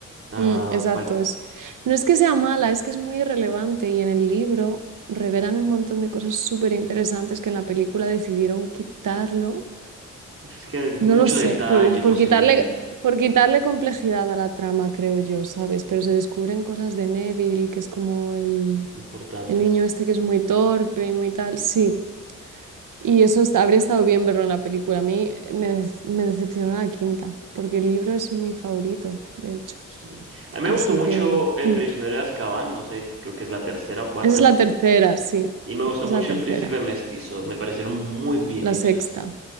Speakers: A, on the right (about 40°); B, on the right (about 70°).
A: Ah,
B: Mm, exacto.
A: ¿cuál?
B: Es, no es que sea mala, es que es muy relevante y en el libro revelan un montón de cosas súper interesantes que en la película decidieron quitarlo.
A: Es que mucho
B: No lo sé,
A: detalle
B: por,
A: posiblemente,
B: por quitarle, por quitarle complejidad a la trama, creo yo, ¿sabes? Pero se descubren cosas de Neville, que es como el,
A: importantes.
B: el niño este que es muy torpe y muy tal. Sí. Y eso está- habría estado bien verlo en la película. A mí me, des- me decepcionó la quinta, porque el libro es mi favorito, de hecho.
A: Sí. A mí
B: Así
A: me gustó mucho
B: que
A: El
B: mm,
A: prisionero de Azkaban, no sé, creo que es la tercera o cuarta,
B: esa es
A: no
B: la
A: sé.
B: tercera, sí.
A: Y me gustó
B: Esa es
A: mucho
B: la tercera.
A: El príncipe mestizo, me parecieron muy bien
B: La
A: hechas.
B: sexta,